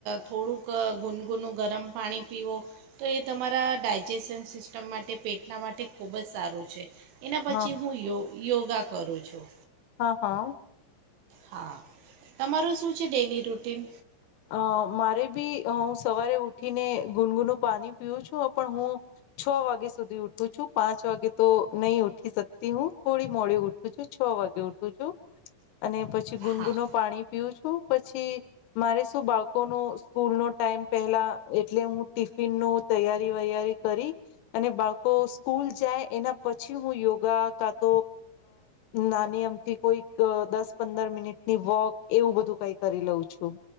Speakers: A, on the right; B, on the left.
A: થોડુંક ગુનગુનું ગરમ પાણી પીવો તો એ તમારા ડાયજેશન સિસ્ટમ માટે તે પેટના માટે ખુબ જ સારું છે. એના પછી
B: હા
A: હું યોગ યોગા કરું છું.
B: હા હા
A: હા તમારું શું છે ડેલી રૂટીન
B: અ મારે બી હું સવારે ઉઠીને ગુનગુનું પાણી પીવું છું પણ હું છ વાગે સુધી ઉઠું છું પાંચ વાગે તો નહી ઉઠી શકતી હું થોડી મોડી ઉઠું છું છ વાગે ઉઠું છું અને પછ પછી ગુનગુનો
A: હા
B: પાણી પીવું શું પછી મારે શું બાળકો ન સ્કૂલ નો ટાઈમ પેલા એટલે હું ટિફિન નુ તૈયારી વૈયારી કરી અને બાળકો સ્કૂલ જાય એના પછી હું યોગા કા તો નાની અમથી કોઈક દસ પંદર મિનિટની વોક એવું બધું કઈ કરી લઉં છું